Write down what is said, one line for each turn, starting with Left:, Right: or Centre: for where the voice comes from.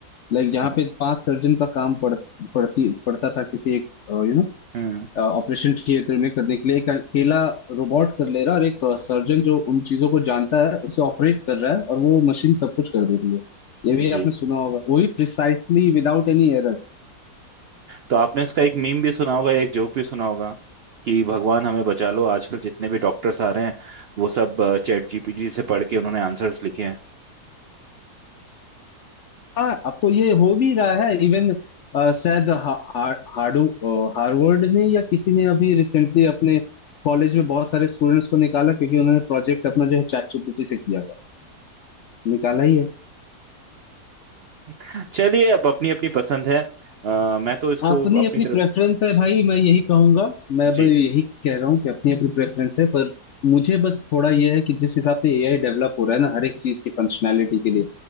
Left: लाइक जहाँ
Right: हाँ
Left: पे पांच सर्जन का काम पड़ पड़ती पड़ता था किसी एक यू नो
Right: हाँ,
Left: ऑपरेशन थिएटर में करने के लिए एक अकेला रोबोट कर ले रहा है और एक सर्जन जो उन चीजों को जानता है उसे ऑपरेट कर रहा है और वो मशीन सब कुछ कर दे रही है ये भी
Right: जी
Left: आपने सुना होगा वो भी प्रिसाइसली विदाउट एनी एरर
Right: तो आपने उसका एक मीम भी सुना होगा एक जोक भी सुना होगा कि भगवान हमें बचा लो आजकल जितने भी डॉक्टर्स आ रहे हैं वो सब चैट जीपीटी से पढ़ के उन्होंने आंसर्स लिखे हैं
Left: हाँ अब तो ये हो भी रहा है इवन शायद हा, हा, हाडू हार्वर्ड ने या किसी ने अभी रिसेंटली अपने कॉलेज में बहुत सारे स्टूडेंट्स को निकाला क्योंकि उन्होंने प्रोजेक्ट अपना जो है चैट जीपीटी से किया था निकाला ही है
Right: <laughs> चलिए अब अपनी अपनी पसंद है अ, मैं तो इसको
Left: अपनी
Right: अपनी
Left: अपनी
Right: तरफ
Left: प्रेफरेंस
Right: से
Left: है भाई मैं यही कहूंगा मैं
Right: जी
Left: भी यही कह रहा हूँ कि अपनी अपनी प्रेफरेंस है पर मुझे बस थोड़ा यह है कि जिस हिसाब से एआई डेवलप हो रहा है ना हर एक चीज की फंक्शनैलिटी के लिए